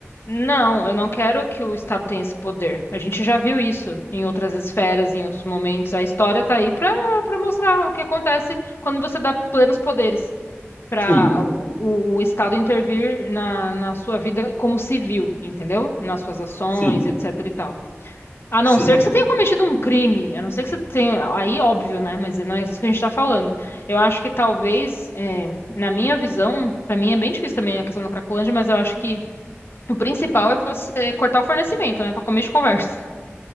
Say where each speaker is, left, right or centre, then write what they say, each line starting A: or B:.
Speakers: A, on the left; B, on the left.
A: Não, eu não quero que o Estado tenha esse poder. A gente já viu isso em outras esferas, em outros momentos. A história está aí para para mostrar o que acontece quando você dá plenos poderes para
B: Sim,
A: o, o o Estado intervir na, na sua vida como civil, entendeu? Nas suas ações,
B: sim, sim,
A: etc e tal. A não
B: sim.
A: ser que você tenha cometido um crime, a não ser que você tenha. Aí, óbvio, né? Mas não é isso que a gente está falando. Eu acho que talvez, eh, na minha visão, para mim é bem difícil também a questão da Cracolândia, mas eu acho que. O principal é você cortar o fornecimento, né? Para começo de conversa.